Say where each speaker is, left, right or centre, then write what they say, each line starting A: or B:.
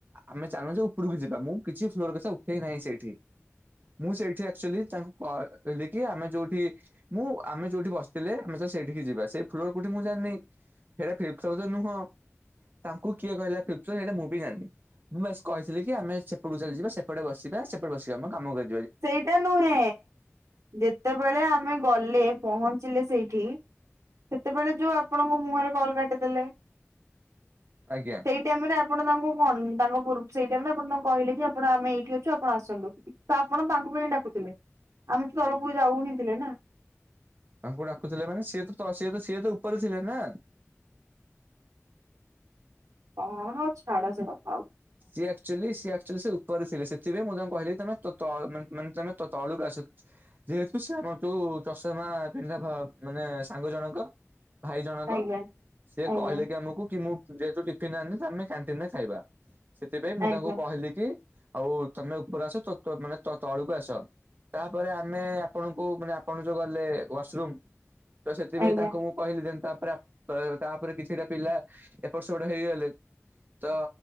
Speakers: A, on the right; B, on the right.
A: ଆମେ ଚାଲୁଛ ଉପରକୁ ଯିବା ମୁଁ କିଛି ଫ୍ଲୋର କଥା ଉଠେଇ ନାହିଁ ସେଇଠି ମୁଁ ସେଇଠି ଆଚୁଆଲି ତାଙ୍କୁ କହି କି ଆମେ ଯୋଉଠି ମୁଁ ଆମେ ଯୋଉଠି ବସିଥିଲେ ଆମେ ସେଠି ଯିବା ସେ ଫ୍ଲୋର କୋଠି ମୁଁ ଜାନି ସେଇଟା <unintelligible> ନୁହଁ ତାଙ୍କୁ କିଏ କିହିଲା <unintelligible> ସେଟା ମୁଁ ବି ଜାଣିନି ମୁଁ ବାସ କହିଥିଲି କି ଆମେ ସେପଟକୁ ଚାଲ ଯିବା ସେପଟେ ବସିବା ସେପଟେ ବସିବା ଆମେ କାମ କର
B: ସେଇଟା ନୁହେଁ ଯେତେବେଳେ ଆମେ ଗଲେ ପହଞ୍ଚିଲେ ସେଇଠି। ସେତେବେଳେ ଯୋଉ ଆପଣଙ୍କ ମୁହଁରେ କଲ କାଟିଦେଲେ।
A: ଆଜ୍ଞା
B: ସେଇ ଟାଇମ ରେ ଆପଣ ତାଙ୍କୁ କଣ ତାଙ୍କ ପୂର୍ବୁ ସେଇ ଟାଇମଟା ତାଙ୍କୁ କହିଲି କି ଆପଣ ଆମେ ଏଇଠି ଅଛୁ ଆପଣ ଆସନ୍ତୁ ତ ଆପଣ ତାଙ୍କୁ କାଇଁ ଡାକୁଥିଲେ ଆମେ ତଳକୁ ଯାଉ ହୁଁ ଥିଲେ ନା।
A: ତାଙ୍କୁ ଡାକୁଥିଲେ ମାନେ ସିଏ ତ ସ ତ ସିଏ ତ ଉପରେ ଥିଲେ ନା।
B: ହ ହଉ ଛାଡ ସେକଥା।
A: ସିଏ ଆକ୍ଚୁଆଲି ସିଏ ଆକ୍ଚୁଆଲି ସ କରିଥିଲେ ସେଥିପାଇଁ କହିଲି ତ ତ ମାନେ ମାନେ ତଳକୁ ଆସ ଯେହେତୁ ସେ ଆମ ଯୋଉ ଚଷମାପିନ୍ଧା ମାନେ ସାଙ୍ଗଜଣଙ୍କ ଭାଇ ଜଣକ
B: ଆଜ୍ଞା
A: ସିଏ
B: ଆଜ୍ଞା
A: କହିଲେ କି ଆମକୁ ଯେହେତୁ ଟିଫିନ ଆଣିନି ତ ଆମେ କ୍ୟାନ୍ଟିନରେ ଖାଇବା। ସେଥିପାଇଁ ମୁଁ
B: ଆଜ୍ଞା
A: ତାଙ୍କୁ କହିଲି କି ଆଉ ତମେ ଉପରେ ଆସ ତ ତ ତଳକୁ ଆସ ତାପରେ ଆମେ ଆପଣଙ୍କୁ ଆପଣ ଯୋଉ ଗଲେ ୱାସରୁମ୍। ତ ସେଥିପାଇଁ
B: ଆଜ୍ଞା
A: ତାଙ୍କୁ ମୁଁ କହିଲି ଯେନ୍ତା ପୁରା ତାପରେ କିଛିଟା ପିଲା ଏପଟ ସେପଟ ହେଇଗଲେ ତ